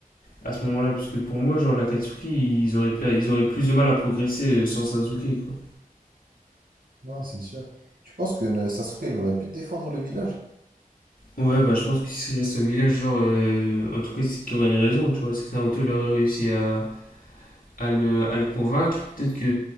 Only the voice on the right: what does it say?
Non, c'est sûr. Tu penses que euh, Sasuke il aurait pu défendre le village?